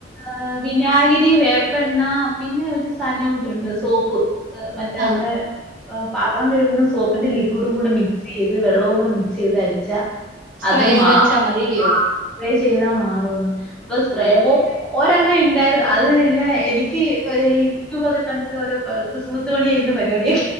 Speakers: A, in the centre; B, on the right.
A: ആഹ് വിനാഗിരി വേപ്പെണ്ണ പിന്നെ ഒരു സാധനം കൂടിയുണ്ട് സോപ്പ് ഏഹ് മറ്റേ
B: ആ
A: മ്മടെ ആഹ് പാത്രം കഴുകുന്ന സോപ്പിന്റെ ലിക്വിഡും കൂടെ മിക്സ്യ്ത് വെള്ളവും കൂടെ മിക്സ്യ്ത് അടിച്ച
B: സ്പ്രേ
A: അത്
B: ചെയ്തടിച്ചാ
A: മാറു <unintelligible>
B: മതില്ലയോ?
A: ആഹ് അപ്ലേ ചെയ്താ മാറുവെന്ന് അപ്പൊ സ്പ്രേ
B: ആ
A: ബോ ഒരെണ്ണ ഇണ്ടാരുന്നു അത് ഇല്ല എനിക്ക് യൂട്യൂബൊക്കെ കണ്ടിട്ട് ഓരോ പ ഏഹ് ക്സ്മത്ത് പണിയ്യുന്ന പരിപാടിയേ